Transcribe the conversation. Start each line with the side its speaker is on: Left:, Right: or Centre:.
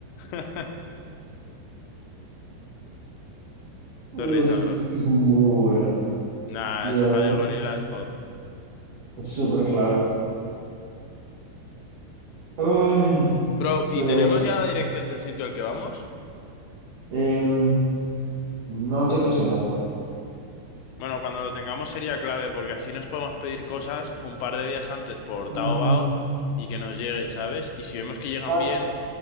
Left: <laughs>
Right: Es
Left: Te risa, bro.
Right: es que es muy bueno.
Left: Nah,
Right: Ya
Left: el sofá
Right: ves,
Left: de gorila es God.
Right: es súper clave. Ay,
Left: Bro, ¿y
Right: pero
Left: tenemos
Right: eso.
Left: ya la dirección del sitio al que vamos?
Right: Em, no tengo ese dato.
Left: Bueno, cuando lo tengamos sería clave porque así nos podemos pedir cosas un par de días antes por
Right: Ajá.
Left: Taobao y que nos lleguen, ¿sabes? Y si vemos que llegan
Right: Ah,
Left: bien,